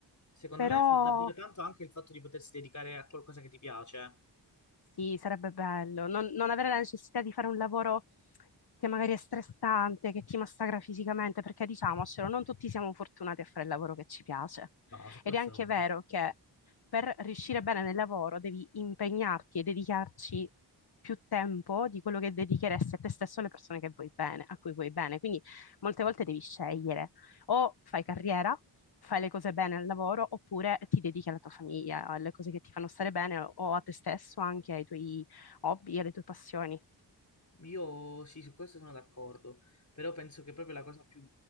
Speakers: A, on the left; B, on the left.
A: Secondo
B: Però
A: me fa davvero tanto anche il fatto di potersi dedicare a qualcosa che ti piace. eh.
B: sì, sarebbe bello non, non avere la necessità di fare un lavoro che magari è stressante, che ti massacra fisicamente, perché diciamocelo, non tutti siamo fortunati a fare il lavoro che ci piace.
A: No, su questo
B: Ed è anche
A: no.
B: vero che per riuscire bene nel lavoro devi impegnarti e dedicarci più tempo di quello che dedicheresti a te stesso e alle persone che vuoi bene, a cui vuoi bene. Quindi molte volte devi scegliere o fai carriera fai le cose bene al lavoro oppure ti dedichi alla tua famiglia, alle cose che ti fanno stare bene o a te stesso, anche ai tuoi hobby, alle tue passioni.
A: Io sì, su questo sono d'accordo, però penso che proprio la cosa più,